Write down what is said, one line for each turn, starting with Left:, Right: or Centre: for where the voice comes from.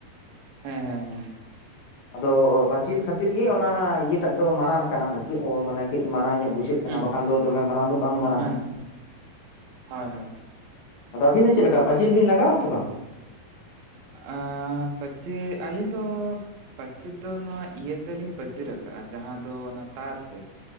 Right: ᱦᱮᱸ ᱦᱮᱸ ᱦᱮᱸ ᱦᱮᱸ
Left: ᱟᱫᱚ ᱯᱟᱹᱪᱤᱞ ᱠᱷᱟᱹᱛᱤᱨ ᱜᱤ
Right: ᱟᱪᱪᱷᱟ
Left: ᱚᱱᱟ ᱤᱭᱟᱹ ᱴᱟᱜ ᱫᱚ ᱢᱟᱨᱟᱝ ᱠᱟᱱᱟ ᱟᱨᱠᱤ ᱚ-ᱢᱟᱱᱮ ᱠᱟᱹᱡ ᱢᱟᱨᱟᱝ ᱧᱚᱜ ᱵᱩᱡᱷᱟᱹᱜ ᱠᱟᱱᱟ
Right: ᱦᱩᱸ
Left: ᱵᱟᱠᱷᱟᱱ ᱫᱚ ᱫᱚᱢᱮ ᱢᱟᱨᱟᱝ ᱫᱚ ᱵᱟᱝ ᱢᱟᱨᱟᱝ-ᱟ
Right: ᱦᱮᱸ
Left: ᱾
Right: ᱦᱳᱭ ᱦᱳᱭ
Left: ᱟᱫᱚ ᱟᱹᱵᱤᱱ ᱫᱚ ᱪᱮᱫ ᱞᱮᱠᱟ ᱯᱟᱹᱪᱤᱞ ᱵᱤᱱ ᱞᱟᱜᱟᱣᱼᱟ ᱥᱮ ᱵᱟᱝ?
Right: ᱟ-ᱯᱟᱪᱤᱞ ᱟᱞᱤᱧ ᱫᱚ ᱯᱟᱹᱪᱤᱨ ᱫᱚ ᱱᱚᱣᱟ ᱤᱭᱟᱹ ᱛᱮᱞᱤᱧ ᱯᱟᱹᱪᱤᱨ ᱟᱠᱟᱫᱼᱟ ᱡᱟᱦᱟᱸ ᱫᱚ ᱚᱱᱟ ᱛᱟᱨ ᱛᱮ ᱾